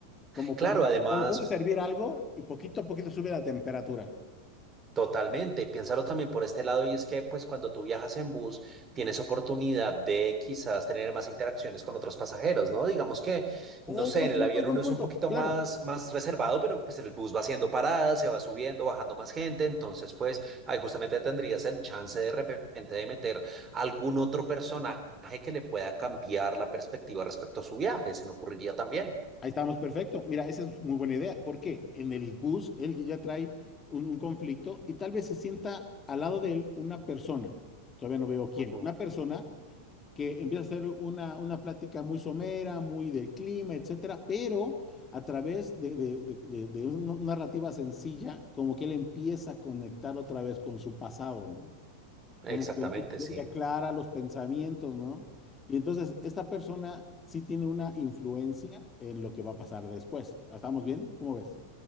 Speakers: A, on the left; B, on the right.
A: Como
B: Claro,
A: cuando,
B: además.
A: cuando puedes servir algo y poquito a poquito sube la temperatura.
B: Totalmente, piénsalo también por este lado y es que pues cuando tú viajas en bus tienes oportunidad de quizás tener más interacciones con otros pasajeros, ¿no? Digamos que,
A: Oh,
B: no sé,
A: buen
B: en
A: punto,
B: el avión
A: buen
B: uno
A: punto,
B: es un poquito
A: claro.
B: más, más reservado, pero pues en el bus va haciendo paradas, se va subiendo, bajando más gente, entonces pues ahí justamente tendrías el chance de repente de meter algún otro personaje que le pueda cambiar la perspectiva respecto a su viaje, se me ocurriría también.
A: Ahí estamos, perfecto. Mira, esa es muy buena idea, porque en el bus él ya trae un, un conflicto y tal vez se sienta al lado de él una persona, todavía no veo quién,
B: Ujú,
A: una persona que empieza a hacer una, una plática muy somera, muy del clima, etcétera, pero a través de, de- de- de- de una narrativa sencilla, como que él empieza a conectar otra vez con su pasado, ¿no? como
B: Exactamente,
A: que le
B: sí.
A: le aclara los pensamientos, ¿no? Y entonces esta persona sí tiene una influencia en lo que va a pasar después. ¿Estamos bien? ¿Cómo ves?